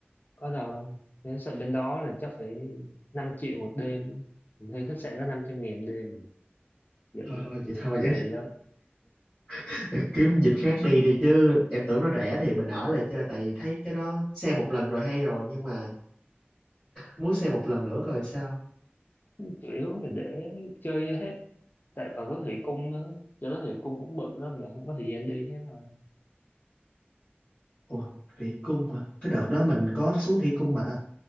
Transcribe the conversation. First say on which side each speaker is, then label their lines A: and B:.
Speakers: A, on the left; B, on the left.
A: có đâu nếu sợ bên đó là chắc phải 5 triệu một đêm mình thuê khách sạn có năm trăm nghìn đêm mà. dữ
B: Thôi thôi
A: lắm
B: chị thôi
A: Có tiền lắm
B: <laughs> kiếm dịp khác đi đi chứ em tưởng nó rẻ thì mình ở lại chơi tại vì thấy cái đó xem một lần rồi hay rồi nhưng mà muốn xem một lần nữa coi sao
A: chủ yếu là để chơi cho hết tại còn có thủy cung nữa cho đó thủy cung cũng bự lắm mà không có thời gian đi hết thôi
B: ủa thủy cung hả cái đợt đó mình có xuống thủy cung mà ta